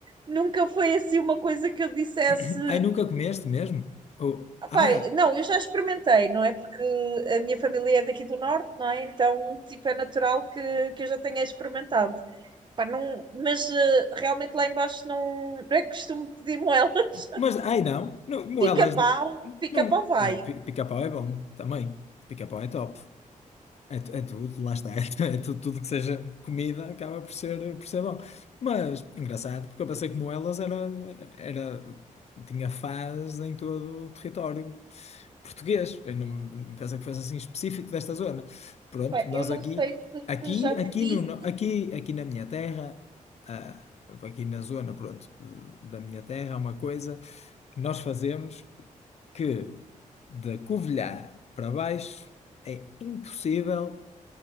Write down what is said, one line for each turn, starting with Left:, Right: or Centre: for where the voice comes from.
Right: nunca foi assim uma coisa que eu dissesse.
Left: <coughs> Ai, nunca comeste mesmo? Oh.
Right: "Ah,
Left: Ah,
Right: pá, não, eu já experimentei, não é? Porque a minha família é daqui do norte, não é? Então, tipo, é natural que, que eu já tenha experimentado. Pá, não, mas eh, realmente lá embaixo não, não é que costumo pedir moelas.
Left: mas. Ai, não.
Right: <laughs>
Left: não moelas.
Right: Pica-pau,
Left: Não.
Right: pica-pau
Left: não-
Right: vai.
Left: Ah, pi- pica-pau é bom também. Pica-pau é top. É, tu- é tudo, lá está, <laughs> é, tu- é tudo, tudo que seja comida acaba por ser, por ser bom. Mas engraçado, porque eu pensei que Moelas era, era, tinha fás em todo o território português. Eu não, pensei que fosse assim específico desta zona. Pronto,
Right: Epá,
Left: nós
Right: eu não
Left: aqui,
Right: sei se, se
Left: aqui,
Right: já
Left: aqui,
Right: te disse,
Left: no, no- aqui, aqui na minha terra, ah, aqui na zona, pronto, da minha terra, é uma coisa que nós fazemos que de Covilhã para baixo. É impossível